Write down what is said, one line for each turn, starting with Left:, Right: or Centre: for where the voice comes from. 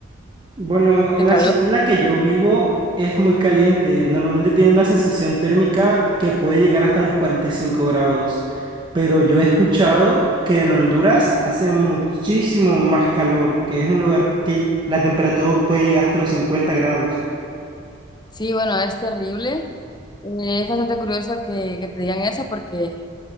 Right: Bueno, en
Left: de
Right: la
Left: calor?
Right: ciudad en la que yo vivo es muy caliente. Normalmente tiene una sensación térmica que puede llegar hasta los 45 grados, pero yo he escuchado que en Honduras hace muchísimo más calor, que es un lugar que la temperatura puede llegar hasta los 50 grados.
Left: Sí, bueno, es terrible. Eh, Es bastante curioso que, que te digan eso porque...